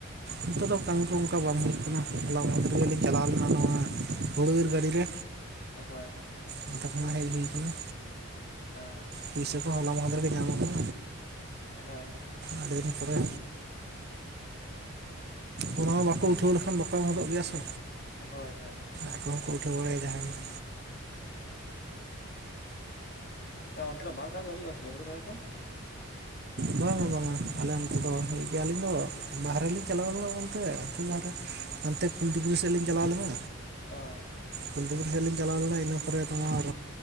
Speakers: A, on the right; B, on the left.
A: ᱱᱤᱛᱚᱜ ᱫᱚ ᱠᱟᱹᱢᱤ ᱠᱚ ᱚᱱᱠᱟ ᱵᱟᱝ ᱦᱩᱭᱩᱜ ᱠᱟᱱᱟ ᱦᱚᱞᱟ ᱢᱟᱫᱷᱮᱨ ᱜᱮᱞᱤᱧ ᱪᱟᱞᱟᱣ ᱞᱮᱱᱟ ᱱᱚᱣᱟ ᱦᱩᱲᱩ ᱤᱨ ᱜᱟᱹᱰᱤᱨᱮ
B: ᱟᱼ ᱦᱳᱭ
A: ᱚᱱᱚᱛᱮ ᱠᱷᱚᱱᱟᱜ <unintelligible> ᱦᱮᱡ ᱦᱩᱭ ᱠᱟᱱᱟ
B: ᱚ
A: ᱯᱩᱭᱥᱟᱹ ᱠᱚ ᱦᱚᱞᱟ ᱢᱟᱦᱫᱷᱮᱨ ᱜᱮ ᱧᱟᱢ ᱠᱟᱱᱟ
B: ᱦᱳᱭ
A: ᱟᱹᱰᱤ ᱫᱤᱱ ᱯᱚᱨᱮ ᱚᱱᱟ ᱦᱚᱸ ᱵᱟᱠᱚ ᱩᱴᱷᱟᱹᱣ ᱞᱮᱠᱷᱟᱱ ᱵᱟᱠᱚ ᱮᱢ ᱦᱚᱫᱚᱜ ᱜᱮᱭᱟ ᱥᱮ
B: ᱦᱳᱭ ᱦᱳᱭ
A: ᱟᱠᱚ ᱦᱚᱸᱠᱚ ᱩᱴᱷᱟᱹᱣ ᱵᱟᱲᱟᱭᱟ ᱡᱟᱦᱟᱸᱭᱜᱮ
B: ᱦᱮᱸ ᱚᱱᱛᱮ ᱫᱚ ᱵᱟᱨ ᱫᱷᱟᱣ ᱜᱮ ᱦᱩᱭᱩᱜᱼᱟ ᱥᱮ ᱪᱮᱫ ᱦᱳᱲᱳ ᱨᱚᱦᱚᱭ ᱠᱚ
A: ᱵᱟᱝᱟ ᱵᱟᱝᱟ ᱟᱞᱮ ᱟᱱᱛᱮ ᱫᱚ ᱵᱟᱝ ᱦᱩᱭᱩᱜ ᱜᱮᱭᱟ ᱟᱹᱞᱤᱧ ᱫᱚ ᱵᱟᱦᱨᱮ ᱞᱤᱧ ᱪᱟᱞᱟᱣ ᱞᱮᱱᱟ ᱜᱚᱢᱠᱮ ᱟᱹᱛᱩ ᱵᱟᱦᱨᱮ ᱦᱟᱱᱛᱮ ᱠᱩᱞᱴᱤᱠᱨᱤ ᱥᱮᱫ ᱞᱤᱧ ᱪᱟᱞᱟᱣ ᱞᱮᱱᱟ
B: ᱚᱼᱻ
A: ᱠᱩᱞᱴᱤᱠᱩᱨ ᱥᱮᱫ ᱞᱤᱧ ᱪᱟᱞᱟᱣ ᱞᱮᱱᱟ ᱤᱱᱟᱹ ᱯᱚᱨᱮ ᱛᱳᱢᱟᱨ